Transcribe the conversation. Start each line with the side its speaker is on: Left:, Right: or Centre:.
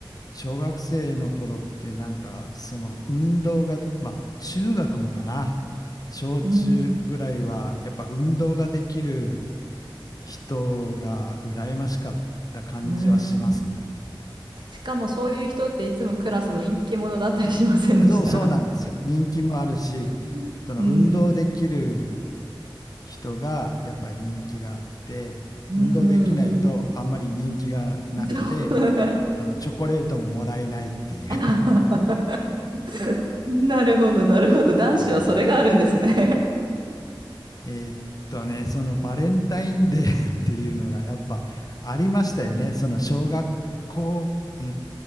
Left: 小学生の頃ってなんかその運動が、まあ中学もかな。小中ぐらいはやっぱ運動ができる
Right: <laughs> うん。
Left: 人が羨ましかった感じはしますね。
Right: うん。しかもそういう人っていつもクラスの人気者だったりしませんでした
Left: そう、そうなんですよ。人気もあるし、
Right: <laughs>
Left: その運動できる
Right: うん。
Left: 人がやっぱり人気があって、
Right: うんうんうん。
Left: 運動できないとあんまり人気がなくて、
Right: そう
Left: そのチョコレートももらえないっていう。
Right: あはは <laughs> なるほど、なるほど。男子はそれがあるんですね
Left: <laughs> うん、
Right: <laughs>
Left: えーっとね、そのバレンタインデー <laughs> っていうのがやっぱありましたよね。その小学校、うん、